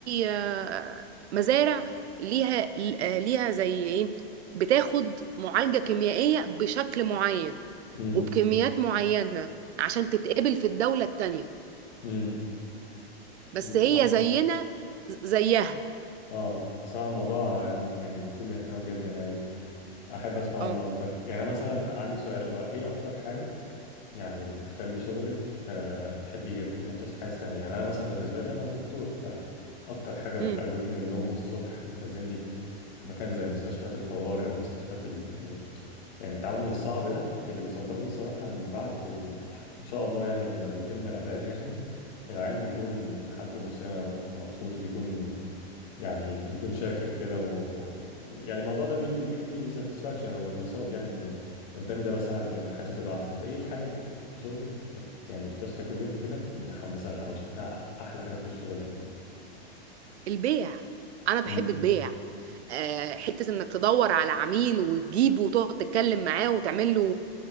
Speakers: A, on the right (about 85°); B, on the left (about 45°).
A: آه، مزارع ليها آه، ليها زي ايه بتاخد معالجة كيميائية بشكل معين
B: امم
A: وبكميات معينة عشان تتقبل في الدولة التانية
B: امم
A: بس
B: صراحة
A: هي زينا زيها
B: اه صراحة موضوع آه، يعني مثير للاهتمام جدا يعني احب اسمع
A: اه
B: عنه اكتر يعني مثلا عندي سؤال هو ايه اكتر حاجة يعني بتخلي شغلك آه بتحبيه جدا يعني بتصحي عايز تعمل إيه؟ يعني انا مثلا بالنسبة لي انا دكتور فاكتر حاجة بتقومني
A: امم
B: من النوم الصبح وبتنزلني في مكان زي مستشفيات الطوارئ ومستشفيات ال... يعني يعني التعامل الصعب ده اللي بيصبرني صراحة ان بعد ال... ان شاء الله يعني لما بيتم العلاج يعني العيان بيكون حالته النفسية مبسوط وبيكون يعني بيكون شاكر كده و يعني الموضوع ده بي- بيجيب لي ساتسفاكشن او انبساط يعني ان ال- قدامي ده بساعد ان حياته تبقى احسن فايه الحاجة اللي بت... في شغلك بت... يعني بتصحي كل يوم كده متحمسة لها او شايفاها احلى حاجة في الشغل
A: البيع انا بحب
B: يعني
A: البيع آه، حته انك تدور على عميل وتجيبه وتقعد تتكلم معاه وتعمل له